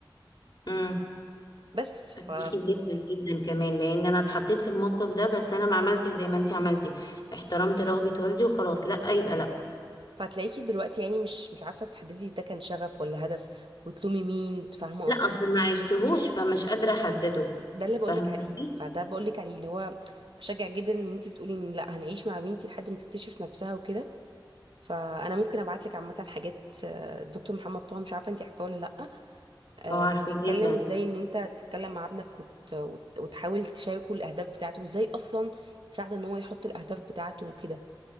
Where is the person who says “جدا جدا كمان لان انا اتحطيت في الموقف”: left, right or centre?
Left